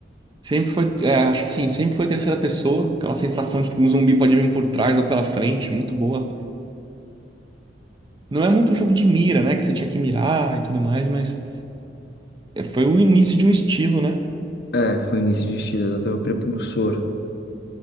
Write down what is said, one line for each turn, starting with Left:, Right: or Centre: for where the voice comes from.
Right: Sempre foi, é, acho que sim, sempre foi terceira pessoa. Aquela sensação de que um zumbi pode vir por trás ou pela frente, muito boa. Não é muito um jogo de mira, né? Que você tinha que mirar e tudo mais, mas é, foi o início de um estilo, né?
Left: É, foi início de estilo, até O Prepulsor.